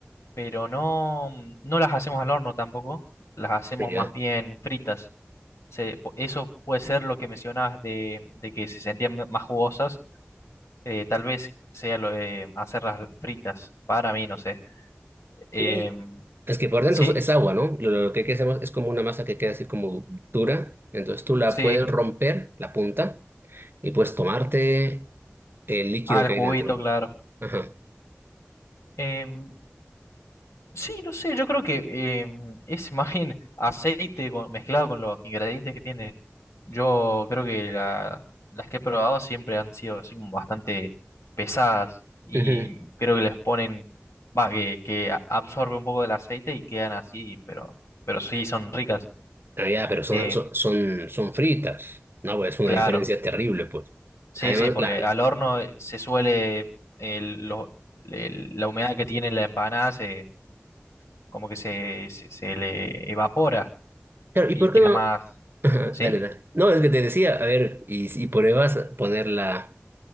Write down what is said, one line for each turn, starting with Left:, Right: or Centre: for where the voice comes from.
Left: pero no, mm, no las hacemos al horno tampoco, las hacemos
Right: Ya.
Left: más bien fritas. Se- po- eso puede ser lo que mencionabas de, de que se sentían m- más jugosas, eh, tal vez sea lo de hacerlas fritas, para mí, no sé. Em,
Right: Y es que por dentro
Left: sí,
Right: es agua, ¿no? Lo lo que hay que hacer es como una masa que queda así como dura. Entonces tú la
Left: sí,
Right: puedes romper, la punta, y puedes tomarte el líquido
Left: al
Right: que
Left: juguito,
Right: hay dentro.
Left: claro.
Right: Ajá.
Left: Em, Sí, no sé, yo creo que eh, es más bien aceite con- mezclado con los ingredientes que tienen. Yo creo que la- las que he probado siempre han sido así como bastante pesadas y
Right: Ujú.
Left: creo que les ponen, va, que, que a- absorbe un poco del aceite y quedan así, pero, pero sí son ricas.
Right: Ah, ya, pero son,
Left: Eh,
Right: son, son, son fritas. No, pues es una
Left: claro,
Right: diferencia terrible, pues.
Left: sí,
Right: Además,
Left: sí, porque
Right: la,
Left: al horno eh, se suele, el- lo- el- la humedad que tiene la empanada se, como que se, se se le evapora
Right: Claro, ¿y
Left: y
Right: por
Left: queda
Right: qué no?
Left: más
Right: Ajá,
Left: ¿Sí?
Right: Dale, dale. No, es que te decía, a ver, y si pruebas ponerla,